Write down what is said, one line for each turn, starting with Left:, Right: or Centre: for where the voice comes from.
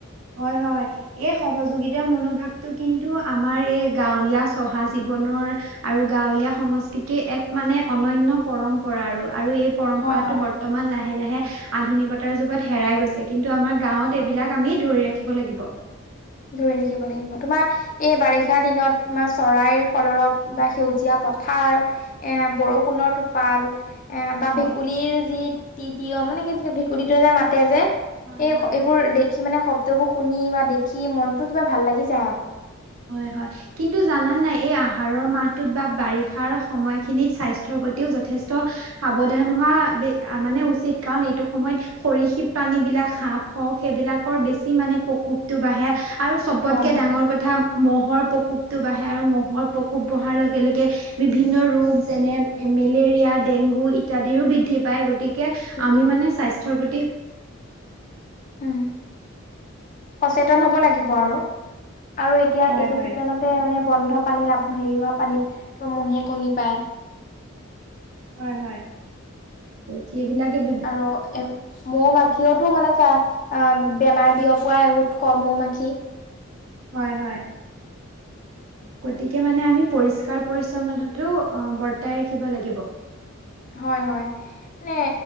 Right: হয় হয়। এই সহযোগিতাৰ মনোভাৱটো কিন্তু আমাৰ এই গাঁৱলীয়া চহা জীৱনৰ আৰু গাঁৱলীয়া সংস্কৃতিৰ এক মানে অনন্য পৰম্পৰা আৰু আৰু এই পৰম্পৰাটো
Left: হয় হয়
Right: বৰ্তমান লাহে লাহে আধুনিকতাৰ যুগত হেৰাই গৈছে কিন্তু আমাৰ গাঁৱত
Left: হয়
Right: এইবিলাক আমি ধৰি ৰাখিব লাগিব।
Left: ধৰি ৰাখিব লাগিব তোমাৰ এই বাৰিষা দিনত তোমাৰ চৰাইৰ কলৰত বা সেউজীয়া পথাৰ এ বৰষুণৰ টোপাল এ বা
Right: হয়
Left: ভেকুলীৰ যি তি তিয় মানে কি ভেকুলীটো যে মাতে যে
Right: হয়
Left: এই
Right: হয়
Left: এইবোৰ দেখি মানে শব্দবোৰ শুনি বা দেখি মনটো কিবা ভাল লাগি যায় আকৌ।
Right: হয়, হয়। কিন্তু জানা নাই এই আহাৰৰ মাহটোত বা বাৰিষাৰ সময়খিনিত স্বাস্থ্যৰ প্ৰতিও যথেষ্ট সাৱধান হোৱা বে মানে উচিত, কাৰণ এইটো সময়ত সৰিসৃপ প্ৰাণীবিলাক সাপ হওক সেইবিলাকৰ বেছি মানে প্ৰকোপটো বাঢ়ে আৰু চবতকে
Left: হয় হয়
Right: ডাঙৰ কথা মহ'ৰ প্ৰকোপটো বাঢ়ে আৰু মহ'ৰ প্ৰকোপ বঢ়াৰ লগে লগে বিভিন্ন ৰোগ যেনে মেলেৰিয়া, ডেংগু ইত্যাদিৰো বৃদ্ধি পায় গতি কে
Left: বৃদ্ধি
Right: আমি
Left: পায়
Right: মানে স্বাস্থ্যৰ প্ৰতি
Left: উম সচেতন হ'ব লাগিব
Right: উম
Left: আৰু আৰু এতিয়া
Right: হয়
Left: এইটো
Right: হয়
Left: চিজন তে মানে বন্ধ পানীত হেৰি হোৱা পানীত মহে কণী পাৰে।
Right: হয় হয় সেইবিলাকে বিভিন্ন
Left: আৰু এ মৌ মাখিয়েইতো মানে অ' বেমাৰ বিয়পোৱা এক উৎস মৌ মাখি।
Right: হয়, হয়। গতিকে মানে আমি পৰিষ্কাৰ পৰিছন্নতাটো অ' বৰ্তাই ৰাখিব লাগিব।
Left: হয়, হয়। মানে